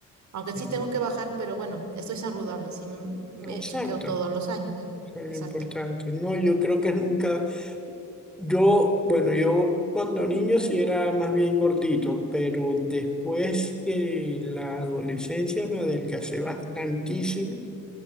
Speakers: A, on the right; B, in the centre.
A: Aunque
B: Sí,
A: sí tengo
B: bueno.
A: que bajar, pero bueno, estoy saludable, sí me, me
B: Exacto.
A: chequeo todos los años.
B: Eso es lo
A: Exacto.
B: importante. No, yo creo que nunca, yo, bueno, yo cuando niño sí era más bien gordito, pero después de la adolescencia me adelgacé bastantísimo.